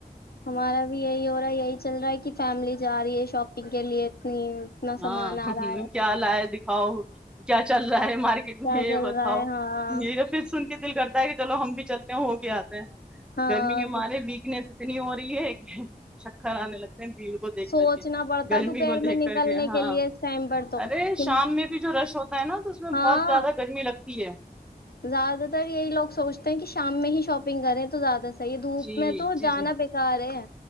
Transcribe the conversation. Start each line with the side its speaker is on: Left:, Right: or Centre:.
Left: ہمارا بھی یہی ہو رہا ہے یہی چل رہا ہے کہ فیملی جا رہی ہے شاپنگ کے لیے اتنی اتنا
Centre: ہاں
Left: سامان آ رہا ہے
Centre: کیا حال آ ہے د ہ کیا چل رہا ہے مارکیٹ
Left: کیا
Centre: میں ہے
Left: چل
Centre: بتاؤ
Left: رہا ہے ہاں
Centre: یہیا پھر سن کے دل کرتا ہے کہ چلو ہم بھی چلتے ہیں وہ بھی آتے ہیں
Left: ہاں
Centre: گرمیں ہمارے ویکنیس اتنی ہو رہی ہے کہ چکر آنے لگتے بھیڑ کو دیکھ
Left: سوچنا
Centre: کر کے
Left: پڑتا
Centre: گرمی
Left: ہے دوپہر
Centre: کو دیکھ
Left: میں نکلنے
Centre: ہاں
Left: کے لیے اس ٹائم پر تو
Centre: ارے
Left: کہ-
Centre: شام میں بھی جو رش ہوتا ہے نا تو اس میں
Left: ہاں
Centre: بہت زیادہ گرمی لگتی تی ہے
Left: زیادہ تر یہی لوگ سوچتے ہیں کہ شام میں ہی شاپنگ کریں تو زیادہ سے دھوپ
Centre: جی
Left: میں تو
Centre: جی
Left: جانا
Centre: جی
Left: بیکار ہے